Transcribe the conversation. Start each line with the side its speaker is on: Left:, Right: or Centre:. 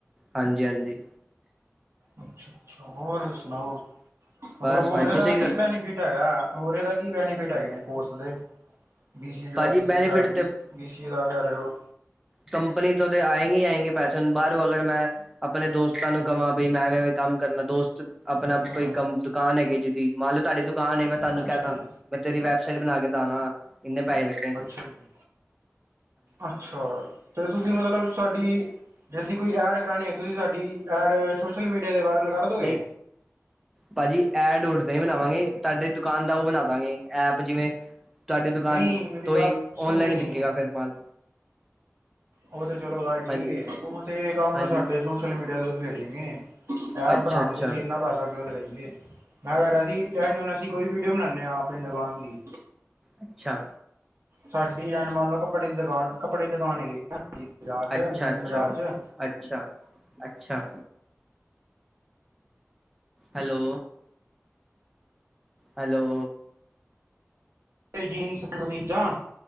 Centre: ਹਾਂਜੀ- ਹਾਂਜੀ।
Right: ਅੱਛਾ- ਅੱਛਾ ਹੋਰ ਸੁਣਾਓ ਮਤਲਬ
Centre: ਬਸ
Right: ਹੋਰ
Centre: ਭਾਜੀ
Right: ਇਹਦਾ
Centre: ਤੁਸੀਂ ਕਰ
Right: ਕੀ ਬੈਨੀਫਿਟ ਹੈਗਾ ਹੋਰ ਇਹਦਾ ਕੀ ਬੈਨੀਫਿਟ ਹੈਗੇ ਨੇ ਕੋਰਸ ਦੇ ਬੀ ਸੀ ਦਾ
Centre: ਭਾਜੀ
Right: ਤੁਸੀਂ
Centre: ਬੈਨੀਫਿਟ
Right: ਐਹ ਬੀ ਸੀ ਦਾ ਕਹਿ ਰਹੇ ਔ।
Centre: ਕੰਪਨੀ ਤੋਂ ਤੇ ਆਏਂਗੇ ਹੀ ਆਏਂਗੇ ਪੈਸੇ, ਹੁਣ ਬਾਹਰੋਂ ਅਗਰ ਮੈਂ ਆਪਣੇ ਦੋਸਤਾਂ ਨੂੰ ਕਵਾਂ ਬਈ ਮੈਂ ਵੀ ਐਵੇਂ- ਐਵੇਂ ਕੰਮ ਕਰਨਾਂ ਦੋਸਤ ਆਪਣਾ ਕੋਈ
Right: ਹੂੰ
Centre: ਕੰਮ ਦੁਕਾਨ ਹੈਗੀ ਜਿਦੀ, ਮੰਨ ਲਓ ਤੁਹਾਡੀ ਦੁਕਾਨ ਮੈਂ ਤੁਹਾਨੂੰ
Right: ਅੱਛਾ
Centre: ਕਹਿ ਦਾਂ
Right: ਜੀ
Centre: ਮੈਂ ਤੇਰੀ ਵੈਬਸਾਇਟ ਬਣਾ ਕੇ ਦਵਾਂਗਾ, ਏਨੇ ਪੈਸੇ ਲ
Right: ਅੱਛਾ ਜੀ ਅੱਛਾ ਤੇ ਤੁਸੀਂ ਮਤਲਬ ਸਾਡੀ ਜੇ ਅਸੀਂ ਕੋਈ ਐਡ ਕਰਾਉਣੀ ਐ, ਤੁਸੀਂ ਸਾਡੀ ਐਡ ਸੋਸ਼ਲ ਮੀਡੀਆ ਤੇ ਵਾਇਰਲ ਕਰ ਦੋਗੇ
Centre: ਨਹੀਂ। ਭਾਜੀ ਐਡ ਉੱਡ ਤੇ ਬਣਾਵਾਂਗੇ ਤੁਹਾਡੇ ਦੁਕਾਨ ਦਾ ਉਹ ਬਣਾ ਦਾਂਗੇ ਐਪ ਜਿਵੇਂ ਤੁਹਾਡੇ ਦੁਕਾਨ
Right: ਨਹੀਂ ਮੇਰੀ
Centre: ਤੋਂ
Right: ਗੱਲ
Centre: ਈ
Right: ਸਮਝੀ
Centre: ਔਨਲਾਈਨ
Right: ਨਹੀਂ
Centre: ਵਿਕੇਗਾ ਫੇਰ ਮਾਲ
Right: ਉਹ ਤੇ ਚਲੋ ਗੱਲ ਠੀਕ
Centre: ਹਾਂਜੀ
Right: ਏ ਉਹ ਤੇ ਇਹ ਕੰਮ
Centre: ਹਾਂਜੀ
Right: ਸਾਡੇ ਸੋਸ਼ਲ ਮੀਡੀਆ ਤੇ ਹੋ ਜੇਗੇਨੇ। ਐਪ
Centre: ਅੱਛਾ
Right: ਬਣਾਂਣ
Centre: ਅੱਛਾ
Right: ਚ ਅਸੀ ਇਨਾ ਪੈਸਾ ਕਿਉਂ ਲਗਾਈ ਏ। ਮੈਂ ਕਹਿ ਰਿਹਾ ਸੀ ਕੀ ਹੁਣ ਅਸੀਂ ਕੋਈ ਵੀਡੀਓ ਬਣਾਉਂਦੇ ਹਾਂ ਆਪਣੀ ਦੁਕਾਨ ਦੀ
Centre: ਅੱਛਾ।
Right: ਸਾਡੀ ਐਂਜ ਮੰਨ ਲੋ ਕੱਪੜੇ ਦੀ ਦੁਕਾਨ ਕੱਪੜੇ ਦੀ ਦੁਕਾਨ ਹੈਗੀ ਆ ਬਾਜ਼ਾਰ ਚ
Centre: ਅੱਛਾ
Right: ਮੇਨ
Centre: ਅੱਛਾ
Right: ਬਾਜ਼ਾਰ ਚ
Centre: ਅੱਛਾ, ਅੱਛਾ। ਹੈਲੋ, ਹੈਲੋ,
Right: ਏ ਜੀਨਸ ਅਪਣ ਕਮੀਜ਼ਾਂ